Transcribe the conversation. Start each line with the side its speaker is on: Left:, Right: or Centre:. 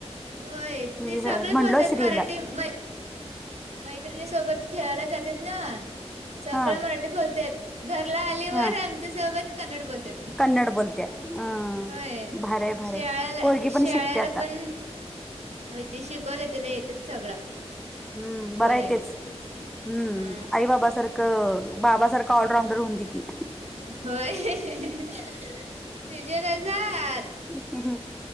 Right: होय
Centre: मी
Right: ते सगळे
Centre: जरा म्हणलो
Right: बोलतात
Centre: श्रीला
Right: मराठी मै मैत्रिणी सोबत खेळायला जातात ना सगळं
Centre: हा
Right: मराठी बोलतेत घरला आलीवर
Centre: हा
Right: आमच्या सोबत कन्नड बोलतात
Centre: कन्नड बोलत्या अ
Right: होय,
Centre: भारी आहे भारी
Right: शाळला,
Centre: आहे पोरगी
Right: शाळला
Centre: पण शिकते आता
Right: पण हो ते शिकवले तिला येतेच सगळं
Centre: हम्म बराय
Right: बोलायला
Centre: तेच हम्म
Right: हा
Centre: आई बाब सारखं बाबा सारख ऑलराउंडर होऊ दे की,
Right: होय, तिज सारखं.
Centre: ह हा